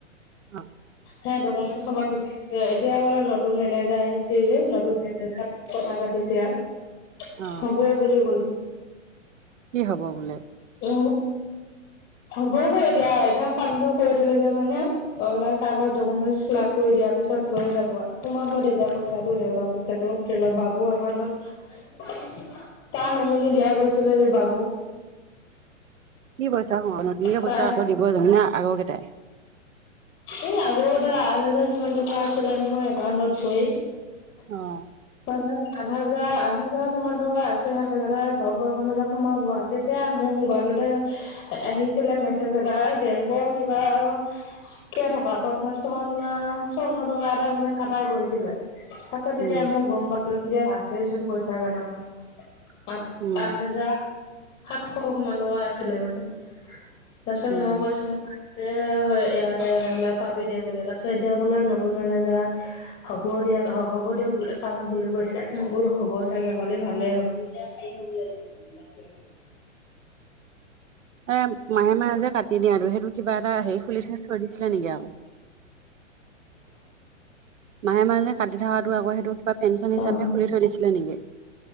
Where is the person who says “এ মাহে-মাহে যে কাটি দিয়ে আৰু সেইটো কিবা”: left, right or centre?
Right